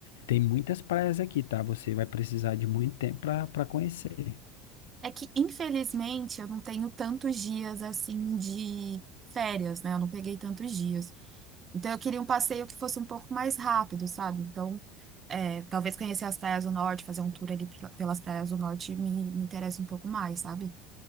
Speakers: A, on the left (about 75°); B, on the right (about 35°).
A: Tem muitas praias aqui, tá? Você vai precisar de muito tempo para para conhecer.
B: É que, infelizmente, eu não tenho tantos dias assim de férias, né? Eu não peguei tantos dias. Então, eu queria um passeio que fosse um pouco mais rápido, sabe? Então, é, talvez conhecer as praias do norte, fazer um tour ali pel- pelas praias do norte me, me interessa um pouco mais, sabe?